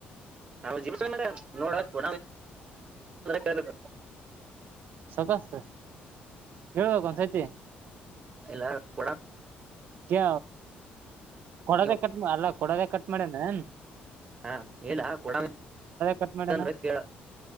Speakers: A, on the right; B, on the right.
A: ಅವನು ಜಿಬ್ಬ ಮಾರಾಯ ನೋಡಕ್ಕೆ ಬಿಡದ
B: ಸುಖಸ ಕೇಳಬೇಕು ಒಂದು ಸರ್ತಿ
A: ಇಲ್ಲ ಕೊಡಂತ
B: ಹೆ ಕೊಡದೆ
A: ನೀವು
B: ಕಟ್ ಅದರಗ ಕೊಡದೆ ಕಟ್ ಮಾಡ್ಯನನ್
A: ಹಾ ಇಲ್ಲ ಕೊಡದು
B: ಕಟ್ ಮಾಡ್ಯಾನ
A: ತಂದ್ರ ಕೇಳು